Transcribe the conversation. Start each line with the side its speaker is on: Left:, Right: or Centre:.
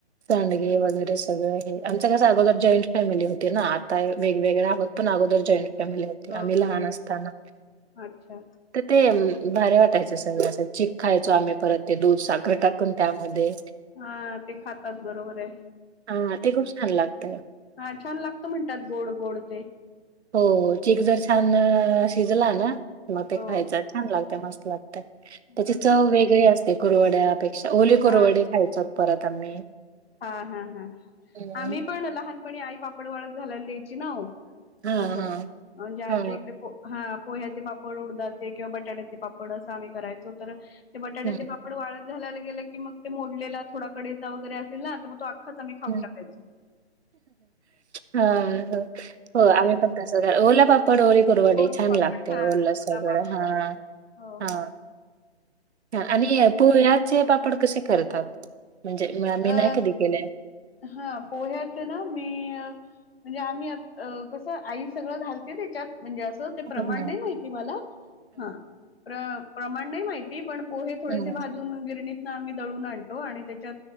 Right: सांडगे वगैरे सगळं हे आमचं कसं सगळं अगोदर जॉईंट फॅमिली होती ना आता वेगवेगळे आहोत पण अगोदर जॉईंट हो आम्ही
Left: ओके.
Right: लहान असताना
Left: अच्छा.
Right: तर ते भारी वाटायचं सगळं असं चीक खायचो आम्ही परत ते दूध साखर टाकून त्यामध्ये
Left: हा ते खातात बरोबर आहे
Right: हा ते खूप छान लागत
Left: हा छान लागत म्हणतात गोड गोड ते
Right: हो चीक जर छान शिजला ना मग ते
Left: हो,
Right: खायच छान लागतंय मस्त! लागतयं, त्याची
Left: बरोबर
Right: चव
Left: आहे.
Right: वेगळी असते कुरवड्या पेक्षा <unintelligible> कुरवडी
Left: हां.
Right: खायचात परत आम्ही
Left: हा हा हा
Right: हम्म.
Left: आम्ही पण लहानपणी आई पापड वाळत घालायला द्यायची ना.
Right: हा हा
Left: असं म्हणजे आमच्या
Right: हा
Left: इकडे हा पोह्याचे पापड उडदाचे किंवा बटाट्याचे पापड असं आम्ही करायचो तर ते बटाट्याचे
Right: हम्म,
Left: पापड वाळत घालायला गेलं, की मग ते मोडलेला थोडा कडे वगैरे असेल ना म तो आम्ही स्वतः मी खाऊन
Right: हम्म.
Left: टाकायचे.
Right: ह हो हो, आम्ही पण तस करायचो ओला पाप पडवळी कुरवडी
Left: पोहे
Right: छान
Left: पापड
Right: लागतंय,
Left: हा
Right: ओल सगळं
Left: पापड
Right: हा
Left: हो
Right: हा.
Left: हो
Right: आणि पोह्याचे पापड कसे करतात? म्हणजे म
Left: अ
Right: मी नाही कधी केले.
Left: हा पोह्यात ना मी अ. म्हणजे आम्ही कसं आई सगळं घालते त्याच्यात म्हणजे असं ते प्रमाण
Right: हम्म.
Left: नाही माहिती मला, हा प्रमाण नाही माहिती पण पोहे थोडेसे
Right: हम्म.
Left: भाजून गिरणीतन आम्ही दळून आणतो, आणि त्याच्यात